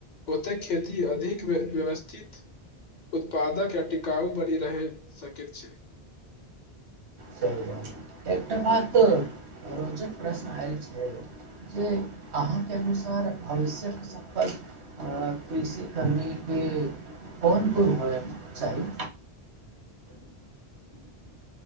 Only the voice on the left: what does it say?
ओतेक खेती अधिक व्यवस्थित उत्पादक या टिकाउ बनी रहहि सकैत छै